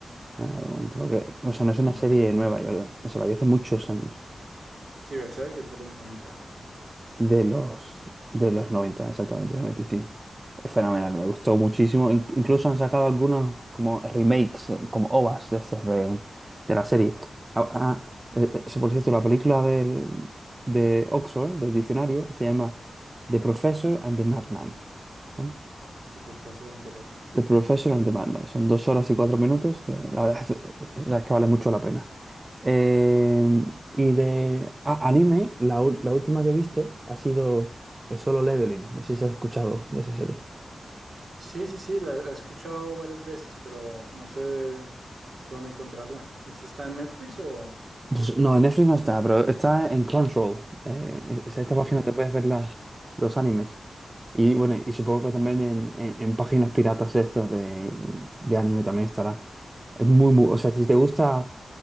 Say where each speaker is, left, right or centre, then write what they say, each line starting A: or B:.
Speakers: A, on the right; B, on the right.
A: Ah, un momento, porque, o sea, no
B: De
A: es una
B: los noventa,
A: serie nueva, yo, la- o sea, la vi hace muchos años.
B: Sí, Berserk es de los 90,
A: de los, de los 90 exactamente, 95. Es fenomenal, me gustó muchísimo. In- incluso han sacado algunos como remakes, eh, como OVAs de estos de, de la serie. Ah, ah, eh, eh, eso, por cierto, la película del, de Oxford, del diccionario, se llama The Professor and the Madman. ¿vale?
B: de Professor and the Batman.
A: The Professor and the Madman. Son dos horas y cuatro minutos que la verdad <laughs> es que, la verdad es que vale mucho la pena. Eh, y de ah, anime, la, ul- la última que he visto ha sido el Solo Leveling. No sé si has escuchado de esa serie.
B: Sí, sí, sí, la, la he escuchado varias veces, pero no sé dónde encontrarla. ¿Esta está en Netflix o...?
A: Pues no, en Netflix no está, pero está en Crunchyroll. Eh, es esta
B: HBO?
A: página donde puedes ver las, los animes. Y bueno, y supongo que también en, en- en páginas piratas de estos de, de anime también estará. Es muy, muy, o sea, si te gusta.